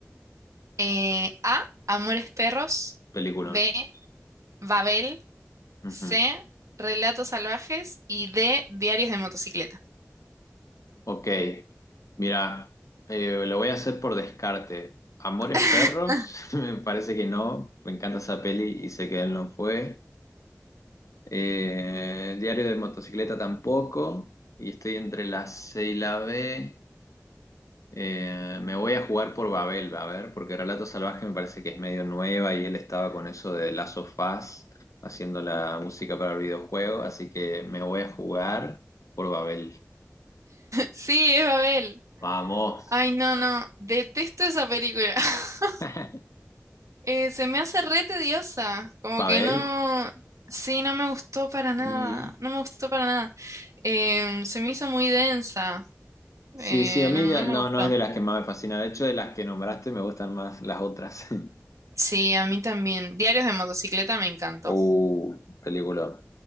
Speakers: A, on the right; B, on the left.
A: eh, A, Amores Perros.
B: Peliculón.
A: B, Babel,
B: Ujú.
A: C, Relatos Salvajes y D, Diarios de Motocicleta.
B: Ok, mira, eh, lo voy a hacer por descarte. Amores
A: <laughs>
B: Perros, <laughs> me parece que no. Me encanta esa peli y sé que él no fue. Eh, Diario de Motocicleta tampoco. Y estoy entre la C y la B. Eh, me voy a jugar por Babel, a ver, porque Relato Salvaje me parece que es medio nueva y él estaba con eso de las sofás haciendo la música para el videojuego, así que me voy a jugar por Babel.
A: Sí, es Babel.
B: Vamos.
A: Ay, no, no, detesto esa película. <laughs>
B: <laughs>
A: Eh, se me hace re tediosa, como
B: Babel.
A: que no, sí, no me gustó para nada,
B: Y
A: no me gustó para nada. Em, se me hizo muy densa,
B: sí,
A: eh,
B: sí, a mí
A: no,
B: de-
A: no me
B: no,
A: gustó.
B: no es de las que más me fascina. De hecho, de las que nombraste me gustan más las otras. <laughs>
A: Sí, a mí también. Diarios de Motocicleta me encantó,
B: Uh, película.